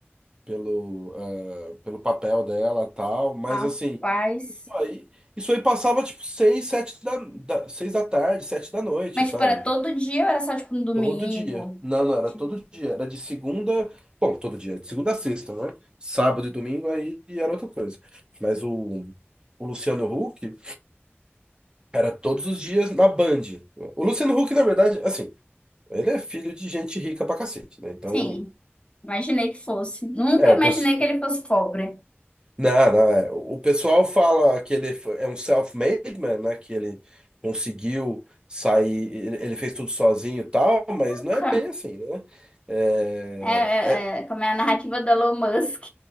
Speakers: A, on the right; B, on the left.
A: pelo, ah, pelo papel dela, e tal. Mas
B: Rapaz.
A: assim, isso aí, isso aí passava tipo seis, sete da, da, seis da tarde, sete da noite,
B: Mas,
A: sabe?
B: tipo, era todo dia ou era só, tipo, no domingo?
A: Todo dia. Não, não, era
B: Tipo,
A: todo dia. Era de segunda. Bom, todo dia, de segunda a sexta, né? Sábado e domingo aí era outra coisa. Mas o, o Luciano Huck era todos os dias na Band. O Luciano Huck, na verdade, assim, ele é filho de gente rica pra cacete, né? Então,
B: Sim, imaginei que fosse. Nunca
A: é,
B: imaginei
A: o pessoal.
B: que ele fosse pobre.
A: Não, não, é. O pessoal fala que ele foi- é um self-made man, né? Que ele conseguiu sair, ele, ele fez tudo sozinho e tal, mas
B: Nunca.
A: não é bem assim, né? É,
B: É,
A: é,
B: é, é, como é a narrativa da Elon Musk.